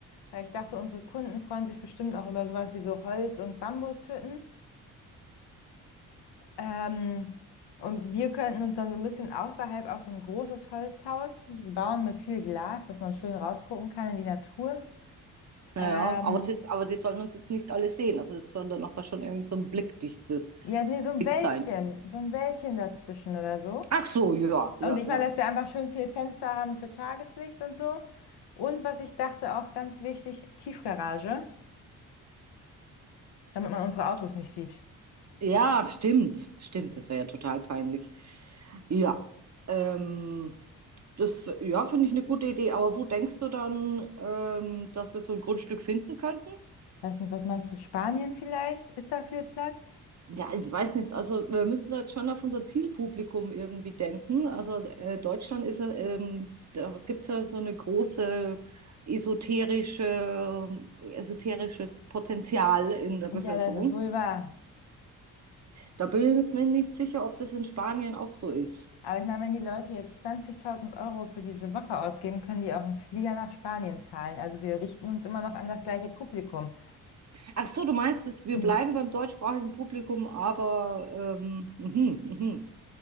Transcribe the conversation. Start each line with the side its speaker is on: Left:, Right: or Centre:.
Left: weil ich dachte, unsere Kunden freuen sich bestimmt auch über sowas wie so Holz- und Bambushütten. Ähm, und wir könnten uns dann so ein bisschen außerhalb auch so ein großes Holzhaus bauen mit viel Glas, dass man schön rausgucken kann in die Natur.
Right: Ja,
Left: Ähm,
Right: ja, aber es ist, aber die sollen uns jetzt nicht alle sehen. Also das soll dann nachher schon irgend so ein blickdichtes
Left: ja, nee, so ein
Right: Ding
Left: Wäldchen,
Right: sein.
Left: so ein Wäldchen dazwischen oder so.
Right: Ach so, ja, ja,
Left: Und ich
Right: ja.
Left: meine, dass wir einfach schön viel Fenster haben für Tageslicht und so. Und was ich dachte, auch ganz wichtig, Tiefgarage, damit man unsere Autos nicht sieht.
Right: Ja, stimmt. Stimmt, das wäre ja total peinlich. Ja. Ähm, das, ja, finde ich eine gute Idee. Aber wo denkst du dann, ähm, dass wir so ein Grundstück finden könnten?
Left: Weiß nicht, was meinst du, Spanien vielleicht? Ist da viel Platz?
Right: Ja, ich weiß nicht. Also wir müssen da jetzt schon auf unser Zielpublikum irgendwie denken. Also äh, Deutschland ist ja, ähm, da gibt es ja so eine große esoterische, esoterisches Potenzial in der Bevölkerung.
Left: Ja, das ist wohl wahr.
Right: Da bin ich jetzt mir nicht sicher, ob das in Spanien auch so ist.
Left: Aber ich meine, wenn die Leute jetzt 20.000 Euro für diese Woche ausgeben, können die auch einen Flieger nach Spanien zahlen. Also wir richten uns immer noch an das gleiche Publikum.
Right: Ach so, du meinst, dass wir
Left: <clears throat>
Right: bleiben beim deutschsprachigen Publikum, aber ähm, mhm, mhm,